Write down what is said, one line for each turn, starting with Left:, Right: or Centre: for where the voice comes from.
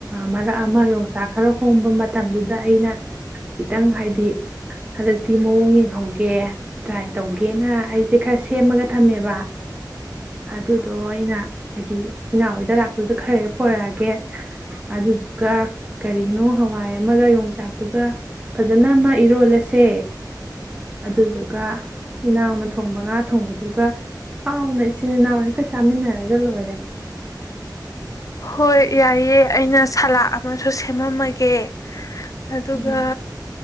Right: ꯃꯔꯛ ꯑꯃ ꯌꯣꯡꯆꯥꯛ ꯈꯔ ꯍꯣꯡꯕ ꯃꯇꯝꯗꯨꯗ ꯑꯩꯅ ꯈꯤꯇꯪ ꯍꯥꯏꯗꯤ ꯍꯟꯗꯛꯇꯤ ꯃꯑꯣꯡ ꯌꯦꯡꯍꯧꯒꯦ ꯇ꯭ꯔꯥꯏ ꯇꯧꯒꯦꯅ ꯑꯩꯁꯦ ꯈꯔ ꯁꯦꯝꯃꯒ ꯊꯝꯃꯦꯕ ꯑꯗꯨꯗꯣ ꯑꯩꯅ ꯍꯥꯏꯗꯤ ꯏꯅꯥꯎꯣꯏꯗ ꯂꯥꯛꯄꯗꯨꯗ ꯈꯔ ꯍꯦꯛ ꯄꯔꯛꯑꯒꯦ ꯑꯗꯨꯗꯨꯒ ꯀꯔꯤꯅꯣ ꯍꯋꯥꯏ ꯑꯃꯒ ꯌꯣꯡꯆꯥꯛꯇꯨꯒ ꯐꯖꯅ ꯑꯃ ꯏꯔꯣꯜꯂꯁꯦ ꯑꯗꯨꯗꯨꯒ ꯏꯅꯥꯎꯅ ꯊꯣꯡꯕ ꯉꯥ ꯊꯣꯡꯕꯗꯨꯒ ꯍꯥꯎꯅ ꯏꯆꯤꯟꯜ ꯏꯅꯥꯎ ꯍꯦꯛꯇ ꯆꯥꯃꯤꯟꯅꯔꯒ ꯂꯣꯏꯔꯦ
Left: ꯍꯣꯏ ꯌꯥꯏꯑꯦ ꯑꯩꯅ ꯁꯥꯂꯛꯑ ꯑꯃꯁꯨ ꯁꯦꯝꯃꯝꯃꯒꯦ ꯑꯗꯨꯒ
Right: ꯎꯝ